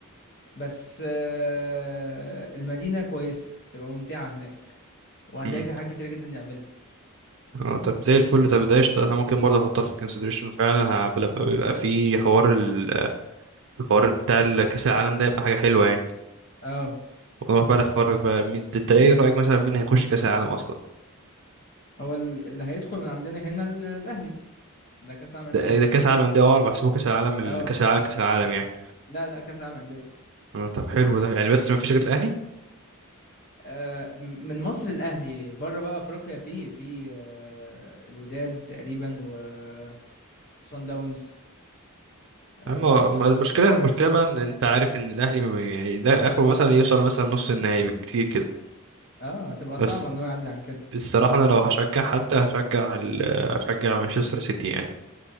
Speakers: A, on the left; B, on the right.
A: بس آه، المدينة كويسة تبقى ممتعة هناك وهنلاقي
B: مم.
A: فيها حاجات كتير جدا نعملها
B: اه طب زي الفل طب ده قشطة انا ممكن برضه احطها في الكونسيدريشن فعلا ه- لما بيبقى في حوار ال- الحوار بتاع ال- كاس العالم ده يبقى حاجة حلوة يعني
A: اه
B: ونروح بقى نتفرج بقى مين انت ايه رأيك مثلا مين هيخش كاس العالم اصلا
A: هو ال- اللي هيدخل من عندنا هنا ال- الاهلي ده كأس العالم أندية
B: ده ده كاس العالم ده اه انا بحسبه كاس العالم ال-
A: اه
B: كاس العالم كاس العالم يعني
A: لا لا كأس العالم أندية
B: آه، طب حلو ده يعني بس ما فيش غير الاهلي
A: آه، من مصر الاهلي بره بقى افريقيا في في آه، الوداد تقريبا وصن داونز اه
B: اما أما المشكله المشكله بقى ان انت عارف ان الاهلي ما بي يعني ده اخره مثلا يوصل مثلا نص النهائي بالكتير كده
A: آه، هتبقى
B: بس
A: صعبه ان هو يعدي عن كده
B: الصراحه انا لو هشجع حد هشجع ال... هشجع مانشستر سيتي يعني